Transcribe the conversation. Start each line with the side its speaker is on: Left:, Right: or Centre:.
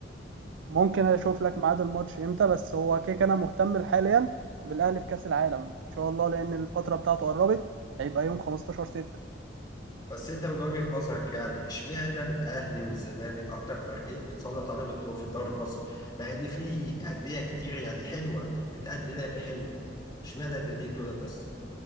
Right: ممكن اشوف لك ميعاد الماتش امتى بس هو كيك انا مهتم حاليا بالاهلي في كاس العالم ان شاء الله لان الفتره بتاعته قربت هيبقى يوم 15 6
Left: بس انت من وجهة نظرك يعني اشمعنى الاهلي والزمالك اكتر فريقين بتسلط عليهم الضوء في الدوري المصري مع ان في انديه كتير يعني حلوه بتأدي لعب حلو اشمعنى الناديين دول بس